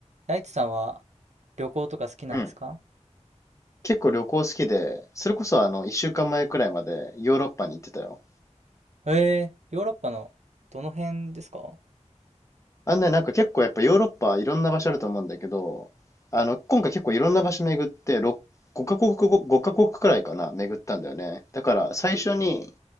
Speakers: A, on the right; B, on the left.
A: 大地さんは旅行とか好きなんですか
B: うん。結構旅行好きで、それこそあの、一週間前くらいまでヨーロッパに行ってたよ。
A: ええヨーロッパのどの辺ですか
B: あんね、なんか結構やっぱヨーロッパいろんな場所あると思うんだけど、あの、今回結構いろんな場所巡って、6、5カ国、5カ国くらいかな、巡ったんだよね。だから最初に、